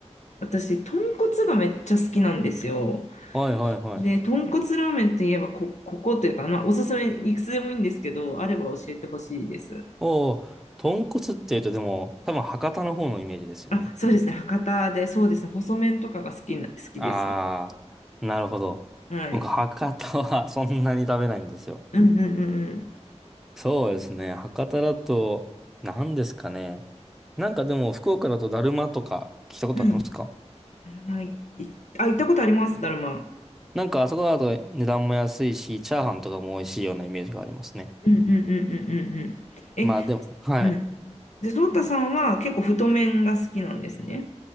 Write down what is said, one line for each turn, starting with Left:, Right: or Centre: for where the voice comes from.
Left: 私、豚骨がめっちゃ好きなんですよ。
Centre: はいはいはい。
Left: で、豚骨ラーメンといえばこ、ここというか、まあ、おすすめいくつでもいいんですけど、あれば教えてほしいです。
Centre: おお、豚骨っていうとでも、多分博多の方のイメージですよね。
Left: あ、そうですね。博多で、そうですね。細麺とかが好きな、好きです。
Centre: ああ、なるほど。
Left: はい。
Centre: 僕、博多は <laughs> そんなに食べないんですよ。
Left: うんうんうん
Centre: そうですね。博多だと、何ですかね。なんかでも、福岡だとだるまとか聞いたことありますか
Left: うん。うん。だるまい、いあ、行ったことあります、だるま。
Centre: なんかあそこだと値段も安いし、チャーハンとかも美味しいようなイメージがありますね。
Left: うんうんうんうんうんうん。え、
Centre: まあでも、はい。
Left: うん。で、そうたさんは結構太麺が好きなんですね。